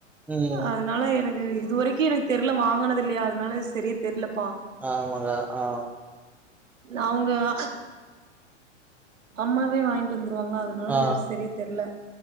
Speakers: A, in the centre; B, on the right.
A: ம்.
B: அதனால எனக்கு ஆ இது வரைக்கி எனக்கு தெர்ல வாங்கனது தில்லியா அதுனால செரியா தெர்லப்பா
A: ஆமாங்க. ஆ.
B: அவுங்க அ ஆ அம்மாவே வாங்கிட் வந்துருவாங்களா அதுனால
A: ஆ.
B: செரியா தெர்ல